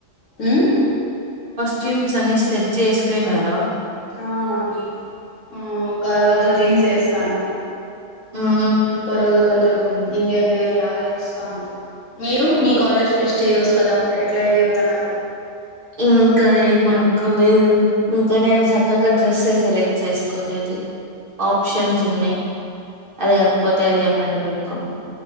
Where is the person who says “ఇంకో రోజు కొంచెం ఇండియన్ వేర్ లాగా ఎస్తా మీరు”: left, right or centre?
Left